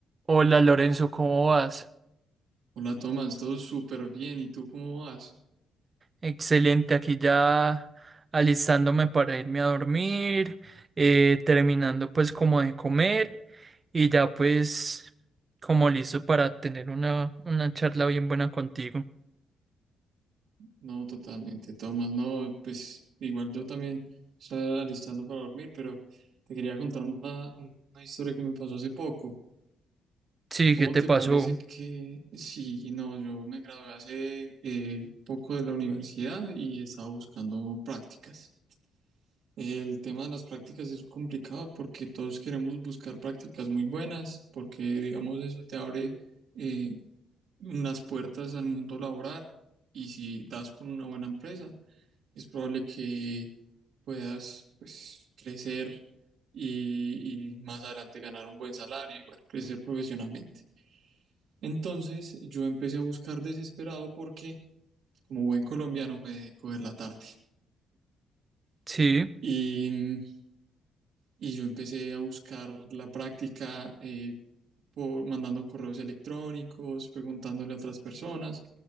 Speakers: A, on the right; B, on the right.
A: Hola Lorenzo, ¿cómo vas?
B: Hola Tomás, todo súper bien. ¿Y tú cómo vas?
A: Excelente, aquí ya alistándome para irme a dormir, eh, terminando pues como de comer y ya pues como listo para tener una, una charla bien buena contigo.
B: No, totalmente, Tomás. No, pues igual yo también estaba alistando para dormir, pero te quería contar una, una historia que me pasó hace poco.
A: Sí,
B: ¿Cómo
A: ¿qué te
B: te
A: pasó?
B: parece que sí? No, yo me gradué hace eh, poco de la universidad y estaba buscando prácticas. El tema de las prácticas es complicado porque todos queremos buscar prácticas muy buenas, porque digamos eso te abre... eh, unas puertas al mundo laboral y si das con una buena empresa, es probable que puedas pues, crecer y, y más adelante ganar un buen salario y bueno, crecer profesionalmente. Entonces yo empecé a buscar desesperado porque como buen colombiano me dejé coger la tarde
A: Sí,
B: y, y yo empecé a buscar la práctica eh, por, mandando correos electrónicos, preguntándole a otras personas